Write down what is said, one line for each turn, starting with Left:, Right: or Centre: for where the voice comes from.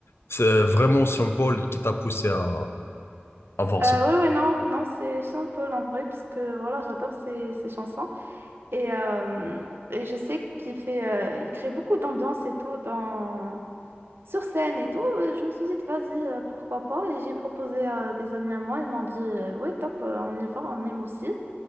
Left: c'est vraiment Saint-Paul qui t'a poussé à, à voir
Right: Euh,
Left: ce
Right: ouais, ouais, non, non, c'est Sean Paul en vrai, parce que voilà, j'adore ses, ses chansons. Et, euh, et je sais qu'il fait, euh, il crée beaucoup d'ambiance et tout dans. sur scène et tout, euh, je me suis dit, vas-y, euh, pourquoi pas. Et j'ai proposé à des amis à moi, ils m'ont dit, euh, ouais, top, euh, on y va, on aime aussi.